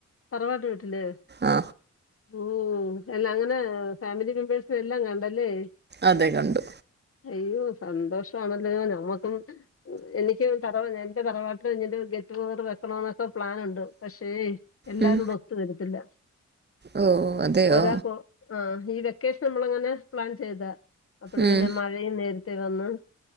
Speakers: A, on the left (about 50°); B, on the right (about 35°).
A: തറവാട്ടുവീട് ഇത്
B: ആ
A: ഓ.. എല്ലാ അങ്ങനെ ഫാമിലി മെമ്പേഴ്സിനെയെല്ലാം കണ്ടല്ലേ
B: അതെ കണ്ടു
A: അയ്യോ സന്തോഷവാണല്ലോ ഞമ്മുക്കും എനിക്കും തറ എന്റെ തറവാട്ടിലും ഇങ്ങനൊരു ഗെറ്റുഗതർ വെക്കണോന്ന് ഇപ്പൊ പ്ലാനുണ്ട് പക്ഷേ എല്ലാരൂടെ
B: ഉം,
A: ഒത്തു വരും ഇല്ല
B: ഓ അതെയോ
A: ഒരാക്ക് ഏഹ് ഈ വെക്കേഷന് നമ്മളങ്ങനെ പ്ലാൻ ചെയ്താ അപ്പഴ്
B: ഉം,
A: പിന്നെ മഴയുംനേര- ത്തേവന്ന്